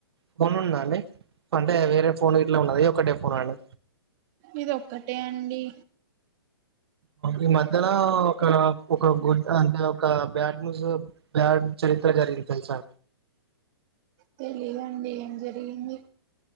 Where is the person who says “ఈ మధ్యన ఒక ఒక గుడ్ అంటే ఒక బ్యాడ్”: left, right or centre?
Right